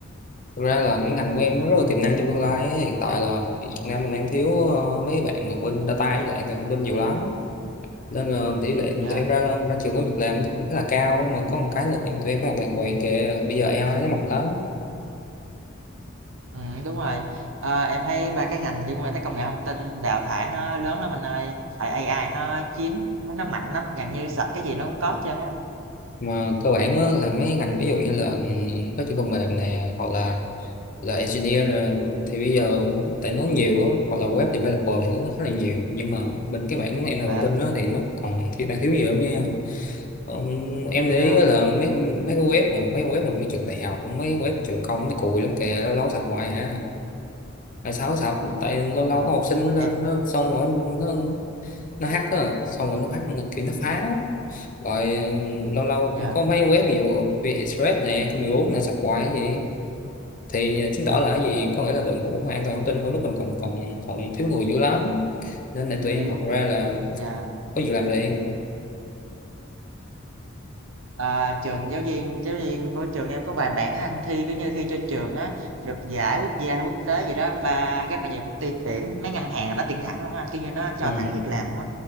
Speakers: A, on the left; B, on the right.
A: thực ra là cái ngành của em nó rất là tiềm năng trong tương lai ấy. hiện tại là Việt Nam mình đang thiếu ờ, mấy bạn mà bên data với lại an toàn thông tin nhiều lắm nên là tỷ lệ
B: Yeah,
A: tụi em ra ra trường có việc làm nó cũng khá là cao Nhưng mà có một cái là em tụi em phải học đàng hoàng kìa bây giờ a I nó mạnh lắm
B: ừm, đúng rồi. Ờ, em thấy 3 cái ngành liên quan tới công nghệ thông tin đào thải nó lớn lắm anh ơi, tại AI nó chiếm nó nó mạnh lắm, gần như search cái gì nó cũng có hết trơn á anh.
A: mà cơ bản á, là mấy ngành ví dụ như là phát triển phần mềm nè hoặc là là engineer là- thì bây giờ tại nó nhiều á hoặc là web developer thì nó khá là nhiều nhưng mà bên cái mảng an toàn
B: Ờ,
A: thông tin đó thì nó còn thiếu đang thiếu nhiều lắm nha Ông, em để
B: ờ,
A: ý á là mấy mấy cái web mà mấy cái web mà mấy trường đại học mấy cái web mà trường công nó cùi lắm kìa lâu lâu sập hoài à tại sao sập tại lâu lâu
B: ờ,
A: có học sinh lên
B: em
A: nó xong rồi nó nó hack á xong rồi nó hack nó kiểu nó phá rồi ờ, lâu lâu
B: yeah,
A: cũng có mấy web ví dụ VietExpress nè công nghiệp bốn nè sập hoài vậy thì à, chứng tỏ là cái gì có nghĩa là đội ngũ mà an toàn thông tin của nước mình còn còn còn thiếu người dữ lắm nên để tụi em
B: yếu,
A: học ra là
B: yeah.
A: có việc làm liền
B: À, trường giáo viên giáo viên của trường em có vài bạn anh thi cứ như thi cho trường á được giải quốc gia hay quốc tế gì đó và rất là nhiều công ty tuyển mấy ngân hàng là nó tuyển thẳng luôn á anh kiểu như nó cho
A: ừ.
B: thẳng việc làm luôn á